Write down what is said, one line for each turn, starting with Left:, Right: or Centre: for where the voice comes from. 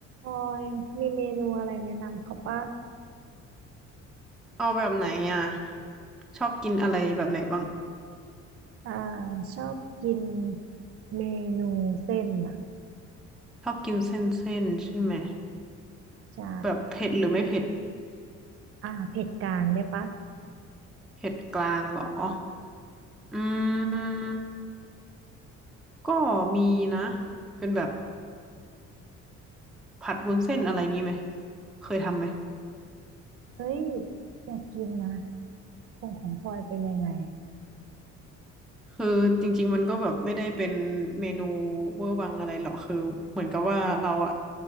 Right: ออยมีเมนูอะไรแนะนำเขาป่ะ
Centre: เอาแบบไหนอ่ะชอบกินอะไรแบบไหนบ้าง
Right: อ่าชอบกินเมนูเส้นอ่ะ
Centre: ชอบกินเส้นเส้นใช่ไหม
Right: ใช่
Centre: แบบเผ็ดหรือไม่เผ็ด
Right: อ่าเผ็ดกลางได้ปะ
Centre: เผ็ดกลางเหรออืมก็มีนะเป็นแบบผัดวุ้นเส้นอะไรงี้ไหมเคยทำไหม
Right: เอ้ยอยากกินนะคงของพลอยเป็นยังไงอ่ะ
Centre: คือจริงๆมันก็แบบไม่ได้เป็นเมนูเวอร์วังอะไรหรอกคือเหมือนกับว่าเราอะ